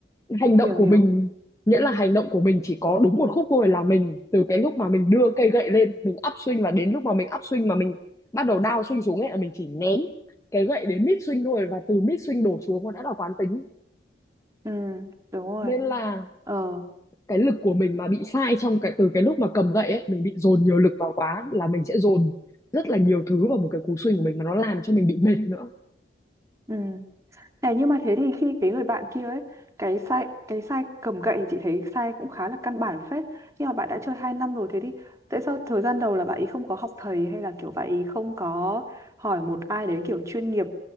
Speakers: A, on the left; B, on the right.
A: Hành động
B: hiểu
A: của
B: hiểu
A: mình nghĩa là hành động của mình chỉ có đúng một khúc thôi là mình từ cái lúc mà mình đưa cây gậy lên mình up swing và đến lúc mà mình up swing mà mình bắt đầu down swing xuống ấy là mình chỉ ném cái gậy đến mid swing thôi và từ mid swing đổ xuống nó đã là quán tính.
B: ừ đúng rồi
A: Nên là
B: ờ
A: cái lực của mình mà bị sai trong cái từ cái lúc mà cầm gậy ấy mình bị dồn nhiều lực vào quá là mình sẽ dồn rất là nhiều thứ vào một cái cú swing của mình mà nó làm cho mình bị mệt nữa
B: ừ này nhưng mà thế thì khi cái người bạn kia ấy cái sai cái sai cầm gậy thì chị thấy sai cũng khá là căn bản phết nhưng mà bạn đã chơi 2 năm rồi thế thì tại sao thời gian đầu là bạn ấy không có học thầy hay là kiểu bạn ấy không có hỏi một ai đấy kiểu chuyên nghiệp